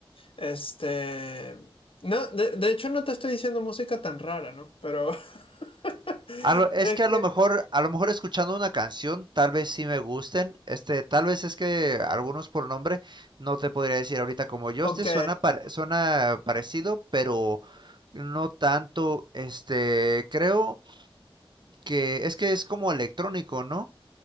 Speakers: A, on the left (about 70°); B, on the right (about 50°).
A: Este, no, de, de hecho no te estoy diciendo música tan rara, ¿no? Pero, <laughs>
B: A lo- es
A: pero es
B: que a
A: que,
B: lo mejor, a lo mejor escuchando una canción, tal vez sí me gusten. Este, tal vez es que algunos por nombre no te podría decir ahorita como Justice
A: ok.
B: suena pare- suena parecido, pero no tanto. Este, creo que es que es como electrónico, ¿no?